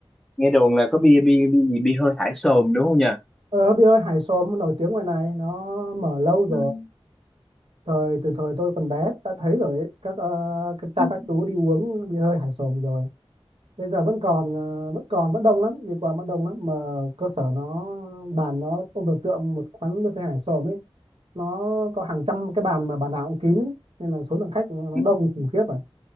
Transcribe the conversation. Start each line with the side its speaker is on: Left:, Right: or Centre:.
Centre: nghe đồn là có bia bia bia gì bia hơi thải sồn đúng không nhỉ
Right: ờ bia hơi hải xóm nổi tiếng ngoài này nó mở lâu rồi
Centre: Ừ.
Right: thời từ thời tôi còn bé đã thấy rồi ấy. các, ờ, các cha
Centre: ừ,
Right: các chú đi uống bia hơi hải xóm rồi bây giờ vẫn còn ờ, vẫn còn vẫn đông lắm đi qua vẫn đông lắm mà cơ sở nó bàn nó ông tưởng tượng một quán bia hơi hải xóm ấy nó có hàng trăm cái bàn mà bàn nào cũng kín ấy. nên là số lượng khách nó
Centre: ừ,
Right: đông khủng khiếp à